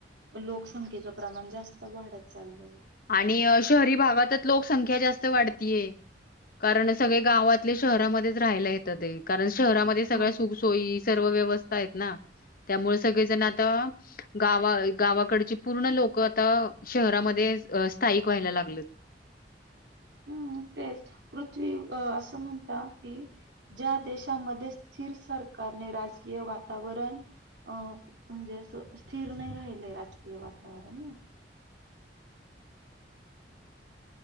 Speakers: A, on the right (about 80°); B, on the left (about 55°).
A: लोकसंख्येचं प्रमाण जास्त वाढत चाललंय.
B: आणि शहरी भागातच लोकसंख्या जास्त वाढत आहे. कारण सगळे गावातले शहरामध्येच राहायला येत आहेत कारण शहरामध्ये सगळ्या
A: हो.
B: सुखसोयी सर्व व्यवस्था आहेत ना. त्यामुळे सगळेजण आता गावा गावाकडचे पूर्ण लोक आता शहरामध्ये स्थायिक व्हायला लागले आहेत.
A: हम्म पृथ्वी अस म्हणतात की ज्या देशामध्ये स्थिर सरकार राजकीय वातावरण अ म्हणजे अस स्थिर नाही राहिलं राजकीय वातावरण वर नाही.
B: <inaudible>